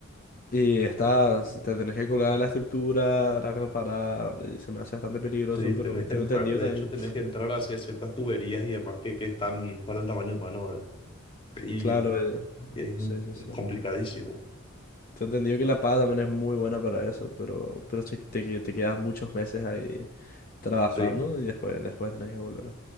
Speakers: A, on the left; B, on the left.
A: y estás, te tenés que colgar a la estructura para reparar. y se me hace bastante peligroso,
B: Sí,
A: pero
B: tenés que
A: tengo
B: entrar.
A: entendido
B: De
A: también.
B: hecho, tenés que entrar hacia ciertas tuberías y demás que, que están para el tamaño humano, ¿verdad? Y,
A: Claro,
B: y
A: eh,
B: es,
A: sí, sí,
B: es
A: sí.
B: complicadísimo.
A: Te he entendido que la paga también es muy buena para eso, pero, pero si te, que- te quedas muchos meses ahí trabajando
B: Sí.
A: y después, después tenés que volver.